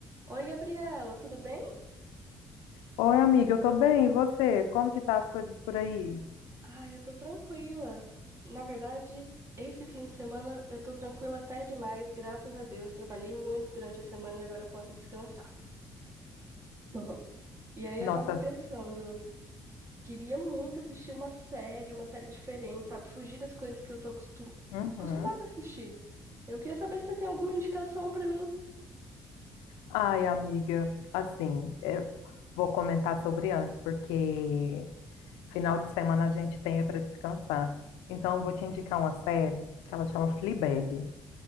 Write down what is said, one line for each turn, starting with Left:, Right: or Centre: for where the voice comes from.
Right: Oi, Gabriela, tudo bem?
Left: Oi, amiga, eu tô bem, e você? Como que tá as coisas por aí?
Right: Ai, eu tô tranquila. Na verdade, esse fim de semana eu tô tranquila até demais, graças a Deus. Trabalhei muito durante a semana e agora eu posso descansar. <laughs> E aí eu
Left: Nossa,
Right: tava pensando, queria muito assistir uma série, uma série diferente, sabe? Fugir das coisas que eu tô costu-
Left: uhum.
Right: acostumada a assistir. Eu queria saber se você tem alguma indicação pra mim.
Left: Ai, amiga, assim, eu vou comentar sobre antes, porque final de semana a gente tem para descansar. Então, eu vou te indicar uma série que ela chama Fleabag.